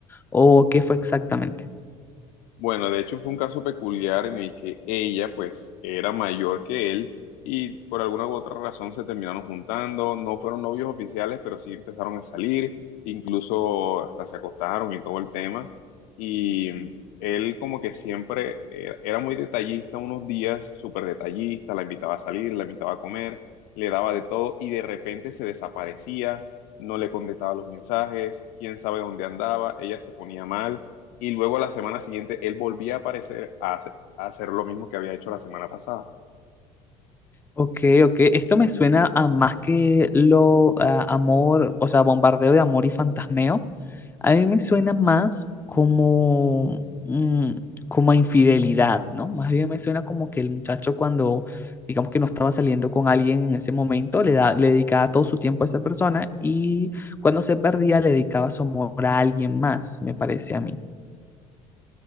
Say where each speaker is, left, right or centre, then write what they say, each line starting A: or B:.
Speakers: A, on the left; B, on the left.
A: ¿O qué fue exactamente?
B: Bueno, de hecho fue un caso peculiar en el que ella pues era mayor que él y por alguna u otra razón se terminaron juntando, no fueron novios oficiales, pero sí empezaron a salir, incluso hasta se acostaron y todo el tema. Y mm, él como que siempre era era muy detallista unos días, súper detallista, la invitaba a salir, la invitaba a comer, le daba de todo y de repente se desaparecía, no le contestaba los mensajes, quién sabe dónde andaba, ella se ponía mal y luego la semana siguiente él volvía a aparecer a hacer, a hacer lo mismo que había hecho la semana pasada.
A: Ok, ok. Esto me suena a más que lo a amor, o sea, bombardeo de amor y fantasmeo. A mí me suena más como, mm, como a infidelidad, ¿no? Más bien me suena como que el muchacho cuando, digamos que no estaba saliendo con alguien en ese momento, le da, le dedicaba todo su tiempo a esa persona y cuando se perdía le dedicaba su amor a alguien más, me parece a mí.